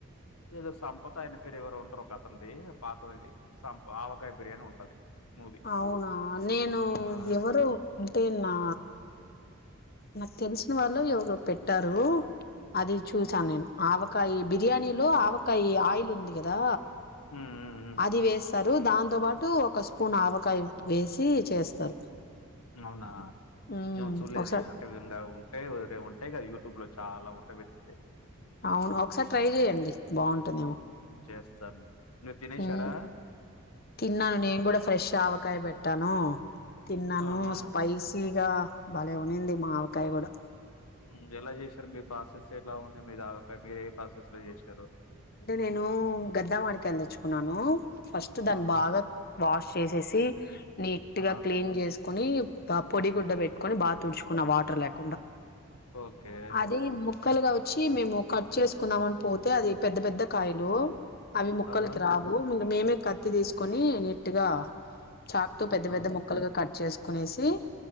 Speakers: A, on the left; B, on the left.
A: ఏదో సంపద ఆయన పేరు ఎవరు ఉంటారు ఒక అతన్ది పాతదది సంప ఆవకాయ బిర్యానీ ఉంటది మూవీ
B: అవునా నేను
A: ఆ
B: ఎవరో అంటే నా నాకు తెలిసిన వాళ్ళు ఎవరో పెట్టారు అది చూసాను
A: ఉమ్
B: నేను ఆవకాయ బిర్యానీలో ఆవకాయ ఆయిల్ ఉంది కదా
A: ఉమ్ ఉమ్ ఉమ్.
B: అది వేస్తారు దాంతో పాటు ఒక పూను ఆవకాయ వేసి చేస్తారు
A: అవునా
B: ఉమ్
A: ఏమో చూడలేదు
B: ఒకసారి
A: నేను అంటే ఉంగ ఉంటాయ్ ఉంటాయ్ గ యూట్యూబ్ లో చాలా ఉ అట్లా పెట్తే
B: అవును ఒకసారి ట్రై చెయ్యండి బాగుంటుందేమో
A: చేస్తాను మీరు తినేశారా
B: ఉమ్ తిన్నాను నేను కూడా ఫ్రెష్ ఆవకాయ్ బెట్ ట్టాను తిన్నాను
A: ఆహా!
B: స్పైసీగా భలే ఉనింది మా ఆవకాయ కూడా
A: హ్మ్ ఎలా చేశారు మీ ప్రాసెస్ ఎలా ఉంది మీరు మీరు ఏ ప్రాసెస్ లో చేసారు
B: అంటే నేను గద్ద మాడికాయలు తెచ్చుకున్నాను ఫస్ట్ దాన్ని
A: ఆహా!
B: బాగా వాష్ చేసేసి నీట్
A: ఆహా!
B: గా క్లీన్ చేస్ కుని పొడి గుడ్డ పెట్టుకొని బాగా తుడుచుకున్నా వాటర్ లేకుండా
A: ఓకే
B: అది ముక్కలుగా వచ్చి మేము కట్ చేసుకుందామని పోతే అది పెద్ద పెద్ద కాయలు అవి ముక్కలకి
A: ఆహా!
B: రావు మేమే కత్తి తీసుకొని నీట్గా చాక్ తో పెద్ద
A: ఆహా!
B: పెద్ద ముక్కలుగా కట్ చేసుకునేసి